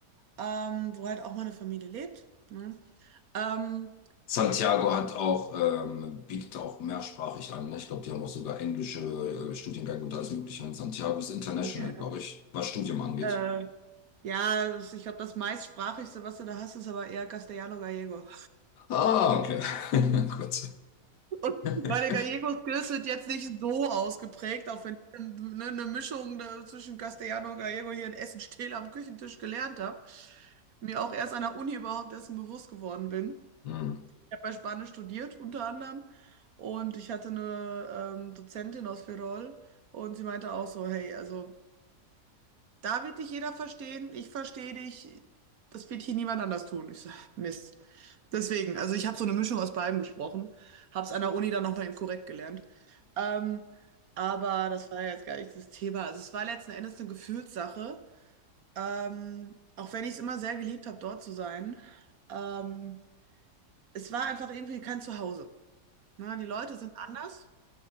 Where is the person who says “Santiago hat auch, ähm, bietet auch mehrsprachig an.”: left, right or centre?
Left